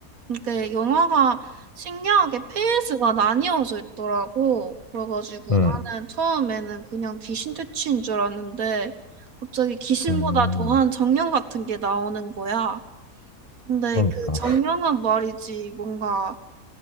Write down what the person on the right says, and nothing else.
근데 영화가 신기하게 페이스가 나뉘어져 있더라고. 그래가지고
나는 처음에는 그냥 귀신 퇴치인 줄 알았는데 갑자기 귀신보다
더한 정령 같은 게 나오는 거야. 근데
그 정령은 말이지 뭔가